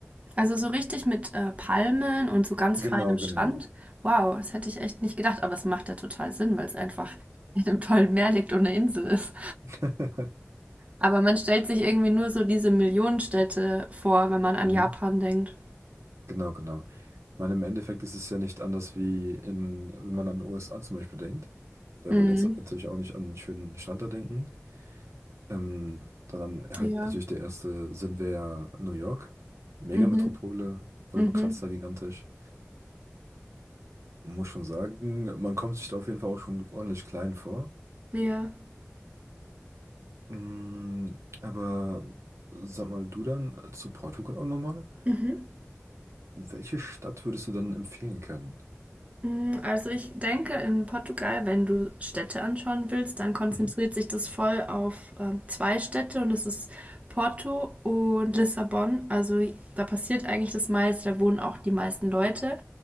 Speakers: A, on the right; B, on the right.
A: Also so richtig mit äh, Palmen und so ganz
B: Genau,
A: feinem Strand.
B: genau.
A: Wow, das hätte ich echt nicht gedacht, aber es macht ja total Sinn, weil es einfach in einem tollen Meer liegt und eine Insel ist.
B: <laughs>
A: Aber man stellt sich irgendwie nur so diese Millionenstädte vor, wenn man an
B: Mhm.
A: Japan denkt.
B: Genau, genau. Ich meine, im Endeffekt ist es ja nicht anders wie in, wenn man an den USA zum Beispiel denkt. Da
A: Mhm.
B: will man jetzt natürlich auch nicht an einen schönen Strand da denken. Ähm, dann halt
A: Ja.
B: natürlich der erste Sinn wäre ja New York. Megametropole,
A: Mhm.
B: Wolkenkratzer
A: Mhm.
B: gigantisch. Muss schon sagen, man kommt sich da auf jeden Fall auch schon ordentlich klein vor.
A: Ja.
B: Mm, aber sag mal du dann äh, zu Portugal auch nochmal.
A: Mhm.
B: Welche Stadt würdest du dann empfehlen können?
A: Mm, Also ich denke, in Portugal, wenn du Städte anschauen willst, dann konzentriert
B: Mhm,
A: sich das voll auf ähm, zwei Städte und das ist Porto und Lissabon. Also da passiert eigentlich das meiste, da wohnen auch die meisten Leute